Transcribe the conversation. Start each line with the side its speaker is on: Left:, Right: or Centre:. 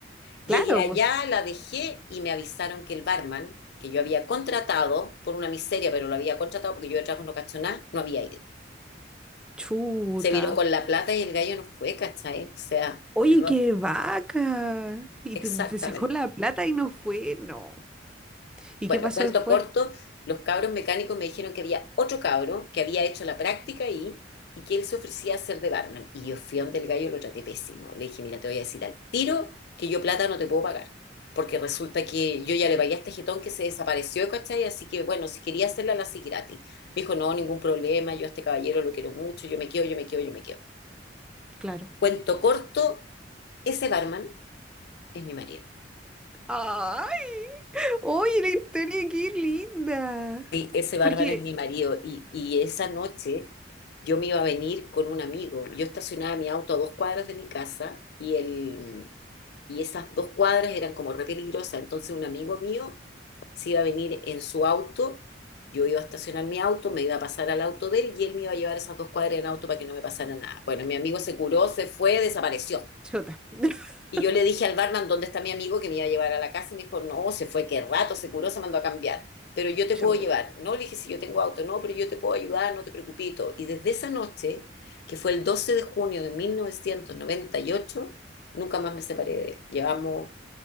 Left: Llegué
Centre: Claro,
Left: allá,
Centre: pues,
Left: la dejé y me avisaron que el barman, que yo había contratado por una miseria, pero lo había contratado porque yo de trabajo no cacho nada, no había ido.
Centre: chuta.
Left: Se viró con la plata y el gallo no fue, ¿cachai? O sea,
Centre: Oye,
Left: Perdón.
Centre: qué vaca. Y
Left: exactamente.
Centre: te, te sacó la plata y no fue, no. ¿Y
Left: Bueno,
Centre: qué pasó
Left: cuento
Centre: después?
Left: corto, los cabros mecánicos me dijeron que había otro cabro que había hecho la práctica ahí y que él se ofrecía a ser de barman. Y yo fui donde el gallo lo traté pésimo. Le dije, mira, te voy a decir al tiro que yo plata no te puedo pagar. Porque resulta que yo ya le pagué a este jetón que se desapareció, ¿cachai? Así que, bueno, si quería hacerla, la hacía gratis. Me dijo, no, ningún problema, yo a este caballero lo quiero mucho, yo me quedo, yo me quedo, yo me quedo.
Centre: Claro.
Left: Cuento corto, ese barman es mi marido.
Centre: ¡Ay! Oye, la historia, qué linda.
Left: Sí, ese bárbaro
Centre: Porque,
Left: es mi marido. Y, y esa noche yo me iba a venir con un amigo. Yo estacionaba mi auto a dos cuadras de mi casa y, el, y esas dos cuadras eran como re peligrosas. Entonces un amigo mío se iba a venir en su auto. Yo iba a estacionar mi auto, me iba a pasar al auto de él y él me iba a llevar esas dos cuadras en auto para que no me pasara nada. Bueno, mi amigo se curó, se fue, desapareció.
Centre: chuta, <laughs>
Left: Y yo le dije al barman dónde está mi amigo que me iba a llevar a la casa y me dijo, no, se fue, qué rato, se curó, se mandó a cambiar. Pero yo te
Centre: chuta.
Left: puedo llevar. No, le dije, si yo tengo auto, no, pero yo te puedo ayudar, no te preocupes. y desde esa noche, que fue el 12 de junio de 1998, nunca más me separé de él. Llevamos,